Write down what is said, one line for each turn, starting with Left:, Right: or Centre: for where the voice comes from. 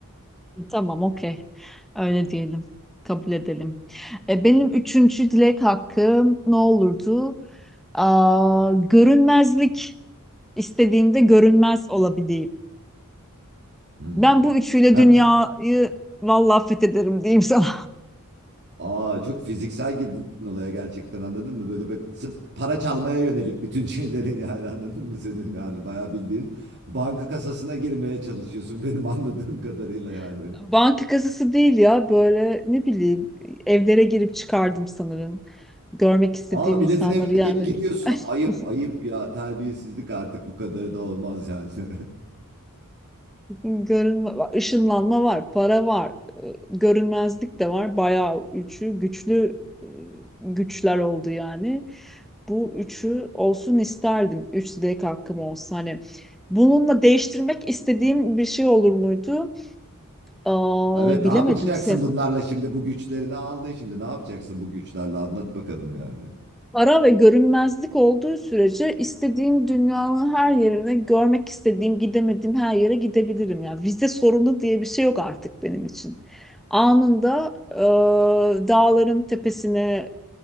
Centre: E, Tamam, okey. Öyle diyelim. Kabul edelim. E, benim üçüncü dilek hakkım ne olurdu? Aa, görünmezlik istediğimde görünmez olabileyim.
Right: Hmm.
Centre: Ben bu üçüyle
Right: Hem
Centre: dünyayı vallahi fethederim diyeyim sana.
Right: aa çok fiziksel girdin olaya gerçekten anladın mı? Böyle, böyle sırf para çalmaya yönelik bütün <laughs> şeylerin yani anladın mı senin yani bayağı bildiğin banka kasasına girmeye çalışıyorsun <laughs> benim anladığım kadarıyla yani.
Centre: <laughs> Banka kasası değil ya böyle ne bileyim evlere girip çıkardım sanırım. Görmek istediğim
Right: Aa milletin
Centre: insanları
Right: evine
Centre: yani.
Right: niye giriyorsun?
Centre: <laughs>
Right: Ayıp ayıp ya terbiyesizlik artık bu kadar da olmaz yani. <laughs>
Centre: Görünme, ışınlanma var, para var, e, görünmezlik de var. Bayağı üçü güçlü e, güçler oldu yani. Bu üçü olsun isterdim. Üç dilek hakkım olsa hani. Bununla değiştirmek istediğim bir şey olur muydu? Aa,
Right: Evet
Centre: bilemedim.
Right: ne yapacaksın
Centre: Sen,
Right: bunlarla şimdi bu güçlerini aldın şimdi ne yapacaksın bu güçlerle anlat bakalım yani.
Centre: Para ve görünmezlik olduğu sürece istediğim dünyanın her yerine, görmek istediğim, gidemediğim her yere gidebilirim. Yani vize sorunu diye bir şey yok artık benim için. Anında e, dağların tepesine